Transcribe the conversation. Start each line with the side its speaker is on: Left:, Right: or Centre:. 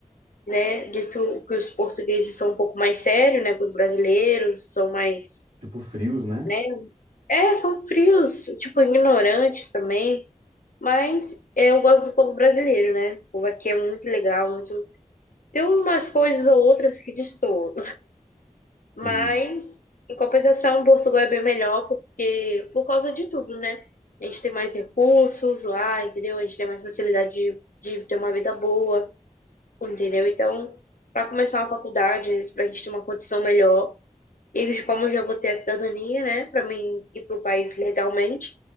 Left: né? Diz o- que os portugueses são um pouco mais sérios, né? Que os brasileiros são mais,
Right: Tipo, frios, né?
Left: né? É, são frios, tipo, ignorantes também. Mas é, eu gosto do povo brasileiro, né? O povo aqui é muito legal, muito. Tem umas coisas ou outras que destoam. Mas,
Right: Sim.
Left: em compensação, Portugal é bem melhor porque por causa de tudo, né? A gente tem mais recursos lá, entendeu? A gente tem mais facilidade de, de ter uma vida boa, entendeu? Então, para começar uma faculdade, para a gente ter uma condição melhor. E como eu já vou ter a cidadania, né, pra mim ir pro país legalmente,